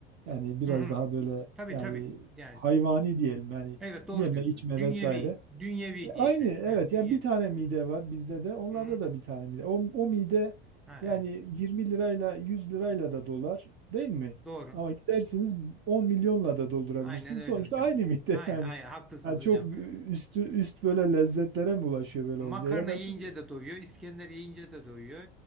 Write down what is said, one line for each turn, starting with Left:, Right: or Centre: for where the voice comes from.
Right: Yani biraz
Centre: Hı hı.
Right: daha böyle
Centre: Tabii
Right: yani
Centre: tabii. Yani
Right: hayvani diyelim yani
Centre: evet doğru
Right: yeme
Centre: diyorsunuz.
Right: içme
Centre: Dünyevi,
Right: vesaire.
Centre: dünyevi diye
Right: Aynı
Centre: belki.
Right: evet
Centre: Ha, dünyevi.
Right: yani bir tane mide var bizde de onlarda
Centre: Hı hı.
Right: da bir tane mide. O, o mide
Centre: Ha
Right: yani
Centre: evet.
Right: 20 lirayla 100 lirayla da dolar değil mi?
Centre: Doğru.
Right: Ama gidersiniz 10 milyonla da doldurabilirsiniz.
Centre: Aynen öyle
Right: Sonuçta
Centre: hocam.
Right: aynı mide
Centre: Aynen,
Right: <laughs> yani.
Centre: aynen haklısınız
Right: Yani çok
Centre: hocam.
Right: üstü, üst böyle lezzetlere mi ulaşıyor böyle
Centre: Makarna
Right: olunca ya da
Centre: yiyince
Right: ne bileyim.
Centre: de doyuyor, İskender yiyince de doyuyor.